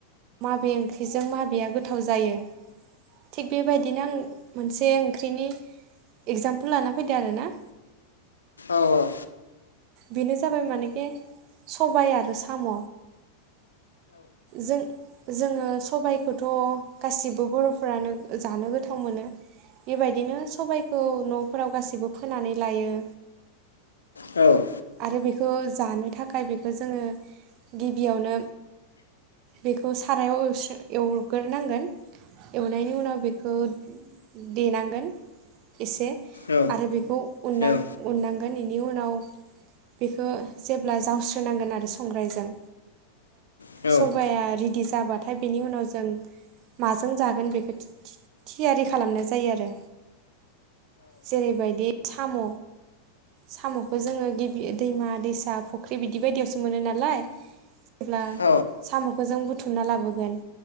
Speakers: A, on the right; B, on the left.
A: माबे ओंख्रिजों माबेया गोथाव जायो थिग बेबायदिनो आं मोनसे बे ओंख्रिनि इगजामपोल लाना फैदो आरो ना
B: औ औ
A: बेनो जाबाय मानेखि सबाय आरो साम जों जोङो सबायखौथ' गासिबो बर'फ्रानो जानो गोथाव मोनो बेबायदिनो सबायखौ न'फोराव गासैबो फोनानै लायो
B: औ
A: आरो बेखौ जानो थाखाय बेखौ जोङो गिबियावनो बेखौ सारायाव एसे एवग्रोनांगोन एवनायनि उनाव बेखौ देनांगोन एसे
B: औ
A: आरो बेखौ उननां
B: औ
A: उननांगोन इनि उनाव बेखौ जेब्ला जावस्रोनांगोन आरो संग्रायजों
B: औ
A: सबाया रेडि जाबाथाय बेनि उनाव जों माजों जागोन बेखौ थियारि खालामनाय जायो आरो जेरैबायदि साम' साम'खौ जोङो गिबि दैमा दैसा फुख्रि बिदि बायदियावसो मोनो नालाय जेब्ला
B: औ
A: साम'खौ जों बुथुम बुथुमना लाबोगोन